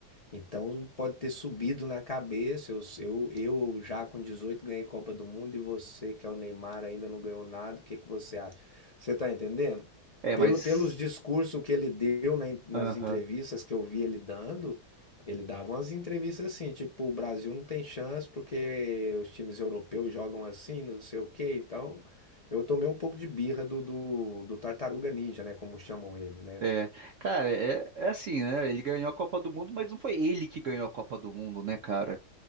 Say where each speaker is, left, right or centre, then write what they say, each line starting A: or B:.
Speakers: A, on the left (about 85°); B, on the right (about 70°).
A: Então pode ter subido na cabeça. Eu, eu, eu já com 18 ganhei Copa do Mundo e você, que é o Neymar, ainda não ganhou nada. O que que você acha? Você tá entendendo?
B: É,
A: Pelo,
B: mas.
A: pelos discursos que ele deu na en- nas
B: Aham.
A: entrevistas que eu vi ele dando, ele dava umas entrevistas assim, tipo, o Brasil não tem chance porque os times europeus jogam assim, não sei o quê. Então eu tomei um pouco de birra do, do, do Tartaruga Ninja, né? Como chamam ele, né?
B: É, cara, é, é assim, né? Ele ganhou a Copa do Mundo, mas não foi ele que ganhou a Copa do Mundo, né, cara?